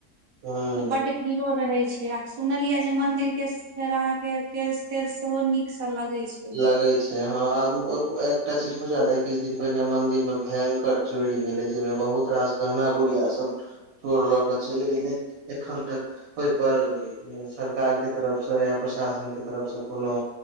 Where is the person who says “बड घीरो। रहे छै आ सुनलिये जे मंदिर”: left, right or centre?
Right